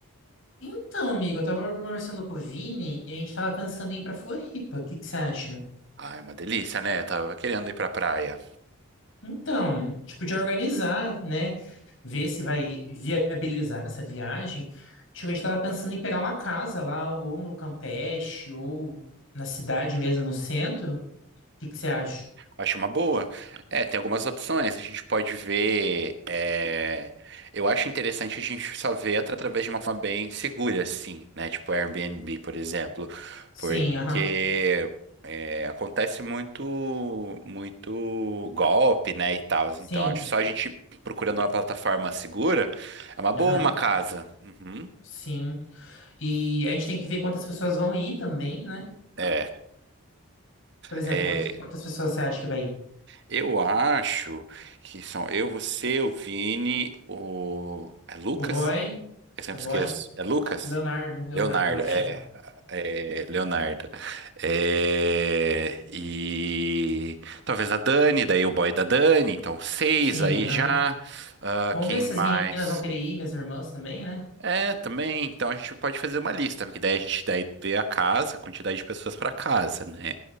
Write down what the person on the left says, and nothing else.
Então, amigo, eu tava conversando com o Vini e a gente tava pensando em ir pra Floripa. O que que você acha?
Então, tipo, de organizar, né? Ver se vai viabilizar essa viagem. Tipo, a gente tava pensando em pegar uma casa lá, ou no Campeche, ou na cidade mesmo, no centro. O que que você acha?
Sim,
aham.
Sim,
aham.
Sim. E a gente tem que ver quantas pessoas vão ir também, né?
Por exemplo,
quantas, quantas pessoas você acha que vai ir?
O boy?
É boy?
Leonardo, Leonardo,
eu acho.
Sim,
aham.
Vamos
ver se
as meninas vão querer ir, minhas irmãs também, né?